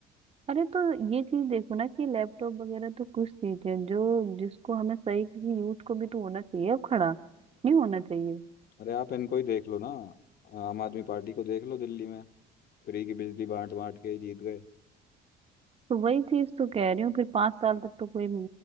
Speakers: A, on the right; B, on the left.
A: अरे तो ये चीज देखो ना कि लैपटॉप वगैरह तो कुछ चीज है जो जिसको हमें सही किसी यूथ को भी तो होना चाहिए अब खड़ा नहीं होना चाहिए
B: अरे आप इनको ही देख लो ना आम आदमी पार्टी को देख लो दिल्ली में फ्री की बिजली बांट बांट के ही जीत गए
A: तो वही चीज तो कह रही हूँ फिर पांच साल तक तो कोई